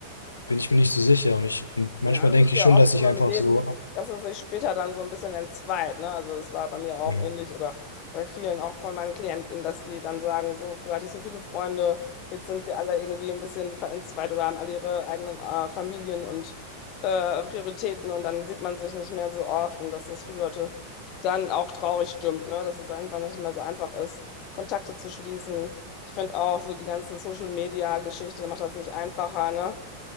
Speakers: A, on the left; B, on the left.
A: bin ich mir nicht so sicher. Und, ich, und manchmal
B: Ja, das
A: denke
B: ist
A: ich
B: ja
A: schon,
B: oft
A: dass ich
B: so
A: einfach
B: im Leben,
A: so.
B: dass es sich später dann so ein bisschen entzweit, ne? Also es war bei mir auch
A: Mhm.
B: ähnlich oder bei vielen auch von meinen Klienten, dass die dann sagen, so früher hatte ich so viele Freunde, jetzt sind wir alle irgendwie ein bisschen ver- entzweit oder haben alle ihre eigenen äh, Familien und äh, Prioritäten und dann sieht man sich nicht mehr so oft und dass das viele Leute dann auch traurig stimmt, ne? Dass es einfach nicht mehr so einfach ist, Kontakte zu schließen. Ich finde auch so die ganzen Social-Media-Geschichte macht das nicht einfacher, ne?